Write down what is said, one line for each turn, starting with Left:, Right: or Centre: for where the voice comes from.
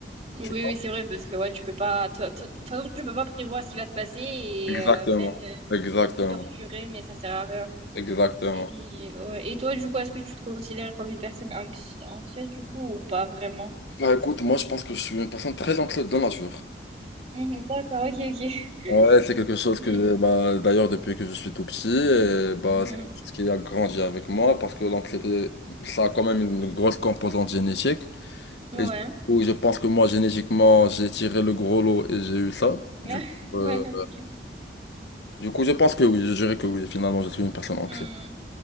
Right: Oui,
Left: tu
Right: oui,
Left: vois.
Right: c'est vrai, parce que ouais, tu peux pas. toi- toi- De toute façon, tu peux pas prévoir ce qui va se passer et
Left: Exactement.
Right: euh, même euh,
Left: Exactement.
Right: peut te torturer, mais ça sert à rien.
Left: Exactement.
Right: Et, ouais. Et toi, du coup, est-ce que tu te considères comme une personne anxi- anxieuse, du coup, ou pas vraiment?
Left: Bah écoute, moi je pense que je suis une personne très anxieuse de nature.
Right: Mhm, d'accord, ok, ok. <laughs>
Left: Ouais, c'est quelque chose
Right: Oui.
Left: que, bah, d'ailleurs, depuis que je suis tout petit, et, bah,
Right: Mhm.
Left: c'est quelque chose qui a grandi avec moi parce que l'anxiété, ça a quand même une grosse composante génétique.
Right: Ouais.
Left: Et du coup, je pense que moi, génétiquement, j'ai tiré le gros lot et j'ai eu ça.
Right: <laughs>
Left: Du coup, euh,
Right: Ouais, ok.
Left: du coup, je pense que oui, je dirais que oui, finalement, je suis une personne anxieuse.
Right: Hmm,